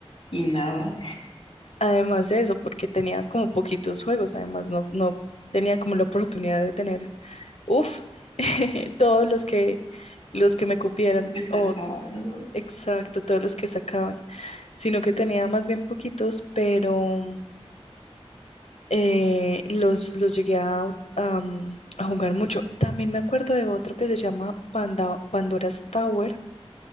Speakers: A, on the left (about 55°); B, on the left (about 85°).
A: y nada,
B: Además de eso, porque tenía como poquitos juegos, además no, no tenía como la oportunidad de tener Uf, <laughs> todos los que, los que me cupieran,
A: que se
B: o
A: acaban, ¿no?
B: exacto, todos los que sacaban, sino que tenía más bien poquitos, pero eh, los, los llegué a, am, a jugar mucho. También me acuerdo de otro que se llama Panda, Pandora's Tower